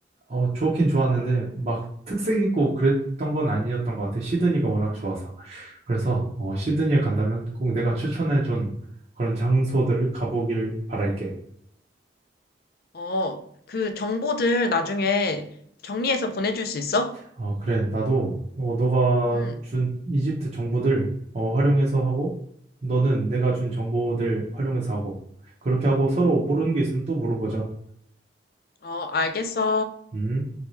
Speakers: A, on the right; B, on the left.
A: 어, 좋긴 좋았는데, 막 특색 있고 그랬던 건 아니었던 것 같아. 시드니가 워낙 좋아서. 그래서, 어, 시드니에 간다면 꼭 내가 추천해준 그런 장소들을 가보길 바랄게.
B: 어, 그 정보들 나중에 정리해서 보내줄 수 있어?
A: 어, 그래. 나도, 어, 너가
B: 응,
A: 준 이집트 정보들, 어, 활용해서 하고, 너는 내가 준 정보들 활용해서 하고, 그렇게 하고 서로 모르는 게 있으면 또 물어보자.
B: 어, 알겠어.
A: 음.